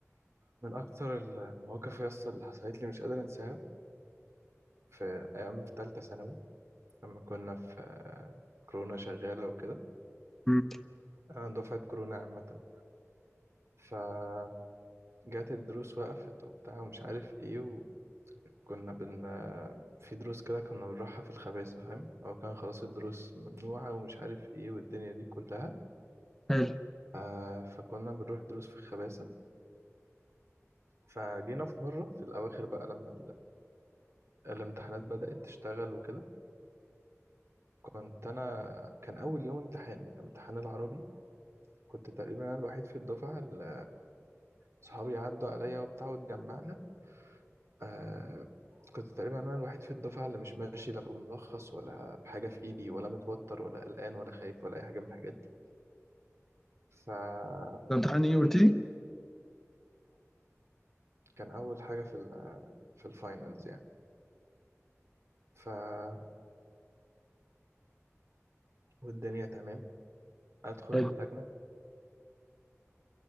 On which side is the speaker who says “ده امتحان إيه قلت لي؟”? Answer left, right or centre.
Centre